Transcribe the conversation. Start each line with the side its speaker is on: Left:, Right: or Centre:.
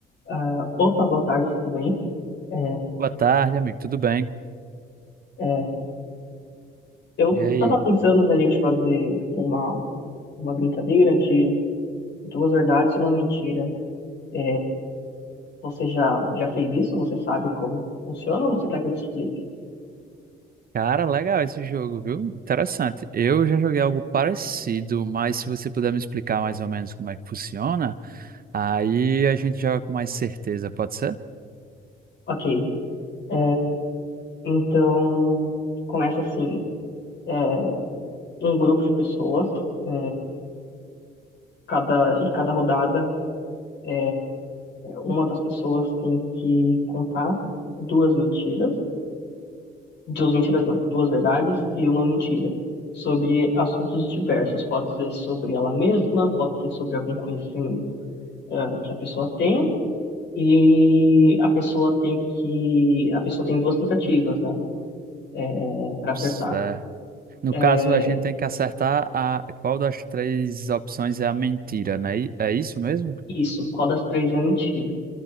Left: Ah, opa, boa tarde, tudo bem? É,
Right: Boa tarde, amigo. Tudo bem?
Left: é, eu
Right: E aí?
Left: tava pensando da gente fazer uma, uma brincadeira de duas verdades e uma mentira. É, você já, já fez isso? Você sabe como funciona ou você quer que eu te explique?
Right: Cara, legal esse jogo, viu? Interessante. Eu já joguei algo parecido, mas se você puder me explicar mais ou menos como é que funciona, aí a gente joga com mais certeza, pode ser?
Left: Ok, é, então começa assim. É, um grupo de pessoas, é, cada, e cada rodada, é, uma das pessoas tem que contar duas mentiras Duas mentiras não, duas verdades e uma mentira. Sobre assuntos diversos, pode ser sobre ela mesma, pode ser sobre algum conhecimento ah, que a pessoa tem, e a pessoa tem que. A pessoa tem duas tentativas, né? É, para acertar.
Right: Certo. No
Left: É,
Right: caso, a gente tem que acertar a qual das três opções é a mentira, né? E- É isso mesmo?
Left: isso, qual das três é mentira?